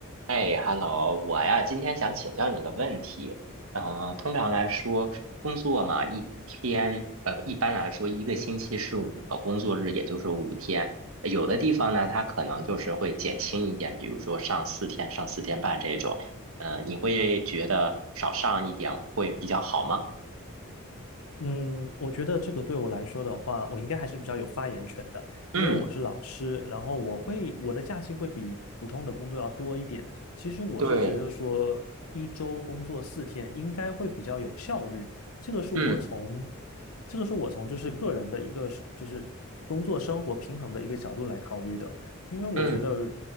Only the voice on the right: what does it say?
哎，Hello，我呀，今天想请教你个问题。啊。通常来说，工作嘛，一天，呃，一般来说，一个星期是五个工作日，也就是五天。有的地方呢，它可能就是会减轻一点，比如说上四天、上四天半这种。呃，你会觉得少上一点会比较好吗？
嗯，
对，
嗯
嗯，